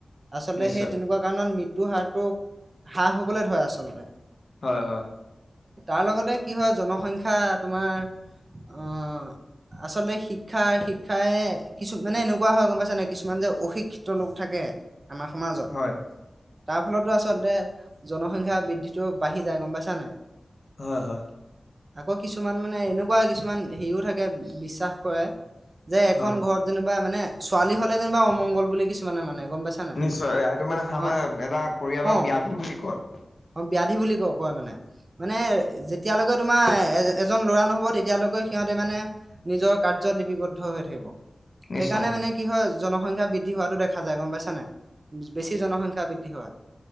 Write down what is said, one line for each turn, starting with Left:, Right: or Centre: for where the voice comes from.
Right: আচলতে
Left: নিশ্চয়
Right: সেই তেনেকুৱা কাৰণত মৃত্ তু হাৰটো হ্ৰাস হবলৈ ধৰে আচলতে
Left: হয় হয়
Right: তাৰ লগতে কি হয় জনসংখ্যা তোমাৰ আহ আচলতে শিক্ষা শিক্ষাই কিছু মানে এনেকুৱা হয় গম পাইছা নে কিছুমান যে অশিক্ষিত লোক থাকে আমাৰ সমাজত
Left: হয়
Right: তাৰ ফলতো আচলতে জনসংখ্যা বৃদ্ধিটো বাঢ়ি যায় গম পাইছা নাই
Left: হয় হয়
Right: আকৌ কিছুমান মানে এনেকুৱা কিছুমান হেৰিও থাকে বিশ্বাস কৰে যে এখন
Left: হয়
Right: ঘৰত যেনিবা মানে ছোৱালী হ'লে যেনিবা অমংগল বুলি কিছুমানে মানে গম পাইছা নাই
Left: নিশ্চয় এইটো মানে
Right: ই-
Left: খানা
Right: অ
Left: এটা পৰিয়ালৰ ব্যাধি
Right: অ
Left: বুলি কয়
Right: অ ব্যাধি বুলি কয় কয় মানে মানে যেতিয়ালৈকে তোমাৰ এ-এজন ল'ৰা নহ'ব তেতিয়ালৈকে সিহঁতে মানে নিজৰ কাৰ্যত লিপিবদ্ধ হৈ থাকিব। সেইকাৰণে
Left: নিশ্চয় নিশ্চয়
Right: মানে কি হয় জনসংখ্যা বৃদ্ধি বৃদ্ধি হোৱাটো দেখা যায় গম পাইছ নে বেছি জনসংখ্যা বৃদ্ধি হয়।